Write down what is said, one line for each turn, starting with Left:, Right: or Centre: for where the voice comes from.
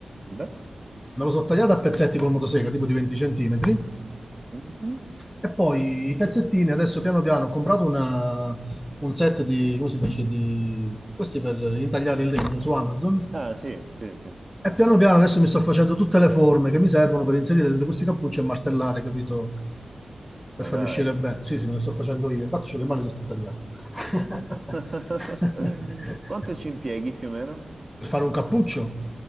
Right: Beh.
Centre: me lo sono tagliato a pezzetti col motosega, tipo di 20 cm,
Right: Mhm.
Centre: e poi i pezzettini, adesso piano piano ho comprato una- un set di, come si dice, di, questi per intagliare il legno su Amazon,
Right: Ah sì, sì, sì.
Centre: e piano piano adesso mi sto facendo tutte le forme che mi servono per inserire dentro questi cappucci e martellare, capito? per
Right: Ma
Centre: farli
Right: dai.
Centre: uscire bene. Sì, sì, me le sto facendo io. Infatti, ho le mani tutte tagliate.
Right: <laughs>
Centre: <laughs>
Right: Quanto ci impieghi più o meno?
Centre: per fare un cappuccio.